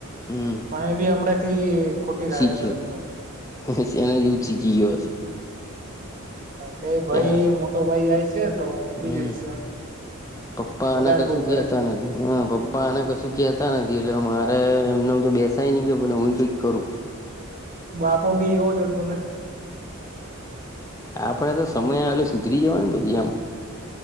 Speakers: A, on the left; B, on the right.
A: હમ
B: પણ એ બી હમણાં થી ખોટી રાહે
A: શીખ્યો
B: ચડી ગયો છે
A: એના જેવું શીખી ગયો હશે.
B: કે ભાઈ
A: ક્યાં
B: મોટો ભાઈ જાય છે તો ઊભી
A: હમ
B: જયશ એમ
A: પપ્પા
B: વધારે
A: આને કશું
B: બહુ
A: કેતા
B: કરે છે
A: નથી હ પપ્પા આને કશું કેતા નથી એટલે મારે એમનેમ તો બેસ સાય ની કે બના હું કક કરુ
B: બાપો બી એવોજ હતો ને.
A: આપડે તો સમય આવેલો સુધરી જવાય ને પછી આમ